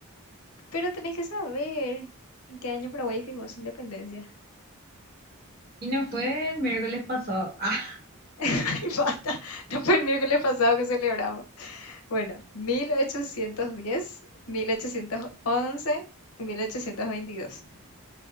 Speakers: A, on the left; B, on the right.
A: Pero tenés que saber en qué año Paraguay firmó su independencia.
B: Y no fue el miércoles pasado. Ah,
A: <laughs> Ay, basta. No fue el miércoles pasado que celebramos. Bueno, 1810, 1811, 1822.